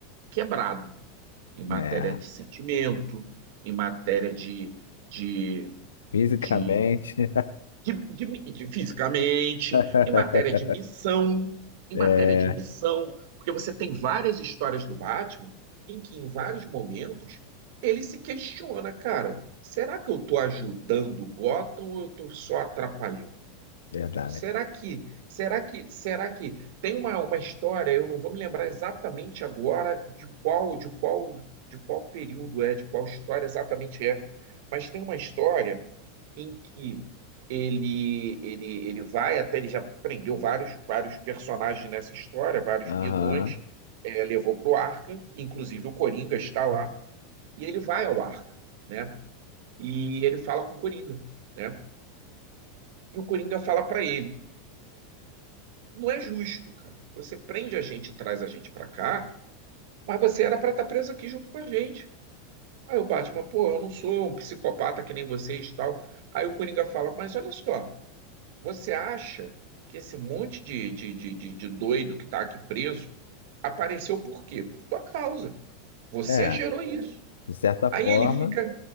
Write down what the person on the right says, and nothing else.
quebrado em matéria
de sentimento, em matéria de, de,
de, de, de- de de fisicamente,
em matéria de missão, em
matéria de missão, porque você tem várias histórias do Batman em que em vários momentos ele se questiona, cara, será que eu estou ajudando o Gotham ou eu estou só atrapalhando?
Será que, será que, será que tem uma, uma história, eu não vou me lembrar exatamente agora de qual, de qual, de qual período é, de qual história exatamente é, mas tem uma história em que ele ele ele vai até ele já prendeu vários vários personagens nessa história, vários
vilões, é, levou para o Arca, inclusive o Coringa está lá, e ele vai ao Arca, né? E ele fala com o Coringa, né? E o Coringa fala para ele Não é justo, cara. Você prende a gente, traz a gente pra cá, mas você era pra estar preso aqui junto com a gente. Aí o Batman, pô, eu não sou um psicopata que nem vocês e tal. Aí o Coringa fala, mas olha só, você acha que esse monte de, de, de, de, de doido que tá aqui preso apareceu por quê? Por tua causa. Você
gerou isso.
Aí
ele fica,